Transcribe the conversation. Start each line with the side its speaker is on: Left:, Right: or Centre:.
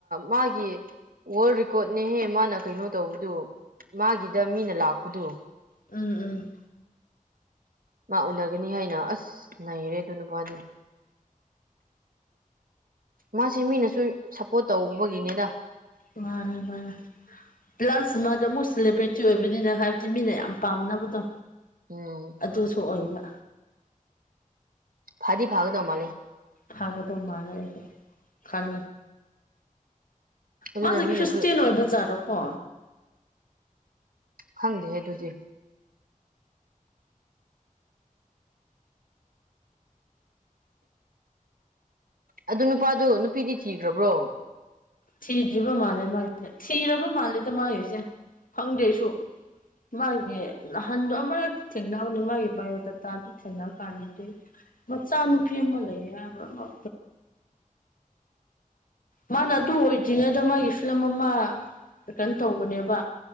Right: ꯃꯥꯒꯤ ꯋꯥꯔꯜ ꯔꯦꯀꯣꯔꯠꯅꯦꯍꯦ ꯃꯥꯅ ꯀꯩꯅꯣ ꯇꯧꯕꯗꯨ ꯃꯥꯒꯤꯗ ꯃꯤꯅ ꯂꯥꯛꯄꯗꯨꯣ
Left: ꯎꯝ ꯎꯝ
Right: ꯃꯥ ꯎꯅꯒꯅꯤ ꯍꯥꯏꯅ ꯑꯁ ꯉꯔꯦ ꯑꯗꯨ ꯅꯨꯄꯥꯅꯤ ꯃꯥꯁꯤ ꯃꯤꯅꯁꯨ ꯁꯞꯄꯣꯔꯠ ꯇꯧꯕꯒꯤꯅꯤꯗ
Left: ꯔ ꯃꯔꯔ ꯄ꯭ꯂꯁ ꯃꯥꯗꯣ ꯑꯃꯨꯛ ꯁꯦꯂꯦꯕ꯭ꯔꯤꯇꯤ ꯑꯣꯏꯕꯅꯤꯅ ꯍꯥꯏꯕꯗꯤ ꯃꯤꯅ ꯌꯥꯝ ꯄꯥꯝꯅꯕꯗꯣ
Right: ꯎꯝ
Left: ꯑꯗꯨꯁꯨ ꯑꯣꯏꯕ
Right: ꯐꯥꯗꯤ ꯐꯥꯒꯗꯧ ꯃꯥꯦ
Left: ꯊꯥꯒꯦꯗ ꯃꯥꯔ ꯈꯜ
Right: ꯑꯗꯨꯅ
Left: ꯃꯥꯁꯦ
Right: ꯃꯤꯅꯁꯨ
Left: ꯈ꯭ꯔꯤꯁꯇꯦꯟ ꯑꯣꯏꯕꯖꯥꯠꯔꯣꯀꯣ
Right: ꯈꯪꯗꯦꯍꯦ ꯑꯗꯨꯗꯤ ꯑꯗꯨ ꯅꯨꯄꯥꯗꯨꯣ ꯅꯨꯄꯤꯗꯤ ꯊꯤꯈ꯭ꯔꯕ꯭ꯔꯣ
Left: ꯊꯤꯗ꯭ꯔꯤꯕ ꯃꯥꯜꯂꯦ ꯃꯥꯒꯤꯁꯦ ꯊꯤꯔꯕ ꯃꯥꯜꯂꯦꯗ ꯃꯥꯒꯤꯁꯦ ꯈꯪꯗꯦꯁꯨ ꯃꯥꯒꯤ ꯍꯟꯗ ꯑꯃꯔꯗꯤ ꯆꯦꯡꯅꯕꯅꯦ ꯃꯥꯒꯤ ꯌꯣꯗꯠꯇ ꯑꯗꯨ ꯆꯦꯡꯉ ꯀꯥꯟꯗꯦ ꯃꯆꯥꯅ ꯐꯦ ꯃ ꯂꯩ ꯃꯔ ꯃꯥꯅ ꯑꯗꯨ ꯑꯣꯏꯗ꯭ꯔꯤꯉꯩꯗ ꯃꯥꯒꯤ ꯐꯤꯂꯝ ꯑꯃ ꯀꯩꯅꯣ ꯇꯧꯕꯅꯦꯕ